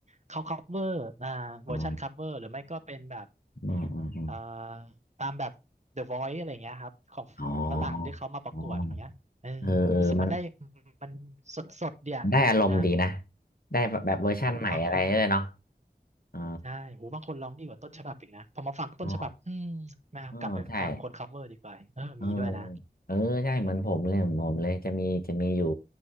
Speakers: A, on the right; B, on the left.
A: เขาคัฟเวอร์อ่าเวอร์ชันคัฟเวอร์หรือไม่ก็เป็นแบบ
B: อ๋ออืมอืมอืม
A: เอ่อตามแบบ The Voice อะไรอย่างเงี้ยครับของฝรั่งที่เขามาประกวดอะไรเงี้ยเออรู้สึกมันได้
B: อ๋ออ๋อเออเออมัน
A: มันสดสดเดีย
B: มันได้อารมณ์ดีนะ
A: นะ
B: ได้แบบแบบเวอร์ชั่นใหม่อะไรเลยเนาะ
A: โอ้บางคน
B: เออ
A: ใช่โหบางคนร้องดีกว่าต้นฉบับอีกนะพอมาฟังต้นฉบับ
B: อ๋อ
A: อืมมากลับไปฟังคนคัฟเวอร์ดีกว่าเออมีด้วยนะ
B: เอ๋อใช่ เออเออใช่เหมือนผมเลยเหมือนผมเลยจะมีจะมีอยู่